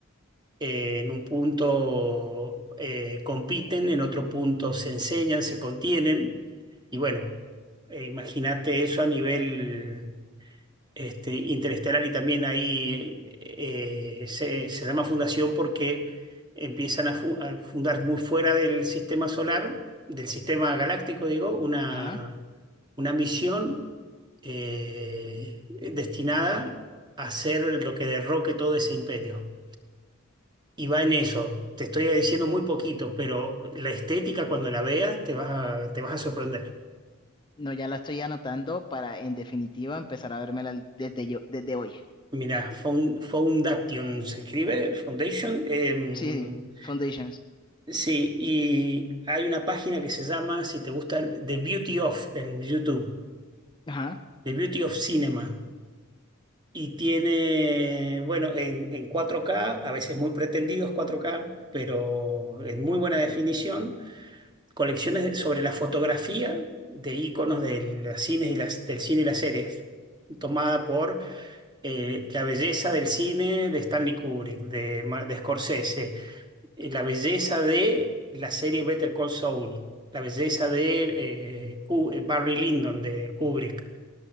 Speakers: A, on the right; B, on the left.
A: Eh, en un punto eh, compiten, en otro punto se enseñan, se contienen. Y bueno, eh, imagínate eso a nivel este, Interestelar y también ahí eh, se, se llama fundación porque empiezan a, fu- a fundar muy fuera del sistema solar, del sistema galáctico, digo, una,
B: Ajá.
A: una misión eh, destinada a hacer lo que derroque todo ese imperio. Y va en eso. Te estoy diciendo muy poquito, pero la estética cuando la veas te vas a, te vas a sorprender.
B: No, ya la estoy anotando para, en definitiva, empezar a vérmela desde yo, desde hoy.
A: Mira, Found- Foundation se escribe, Foundation. em,
B: Sí, sí, Foundations.
A: Sí, y hay una página que se llama, si te gusta, The Beauty of en YouTube,
B: Ajá.
A: The Beauty of Cinema. Y tiene, bueno, en, en cuatro k a veces muy pretendidos cuatro k pero en muy buena definición, colecciones de- sobre la fotografía de íconos del, cines y las, del cine y las series, tomada por eh, la belleza del cine de Stanley Kubrick, de, Ma- de Scorsese, eh, la belleza de la serie Better Call Saul, la belleza de eh, Ku- eh, Barry Lyndon de Kubrick.